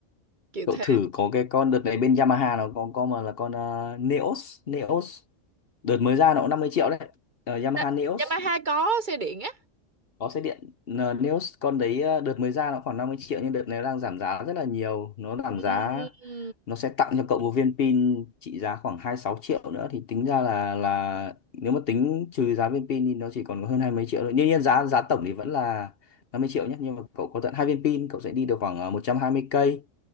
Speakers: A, on the right; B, on the left.
A: kiểu
B: cậu
A: thế
B: thử có cái con đợt này bên Yamaha nó có con mà là con ờ, Neos Neos đợt mới ra nó cũng 50 triệu đấy Ờ,
A: Đó,
B: Yamaha Neos
A: Yamaha có xe điện á
B: có xe điện Ờ, Neos con đấy ờ, đợt mới ra nó khoảng năm mươi triệu nhưng đợt này nó đang giảm giá rất là nhiều nó giảm
A: ừ.
B: giá nó sẽ tặng cho cậu một viên pin trị giá khoảng 26 triệu nữa thì tính ra là là nếu mà tính trừ giá viên pin thì nó chỉ còn có hơn hai mấy triệu thôi. Đương nhiên giá giá tổng thì vẫn là 50 triệu nhé nhưng mà cậu có tận hai viên pin cậu sẽ đi được khoảng ờ, một trăm hai mươi cây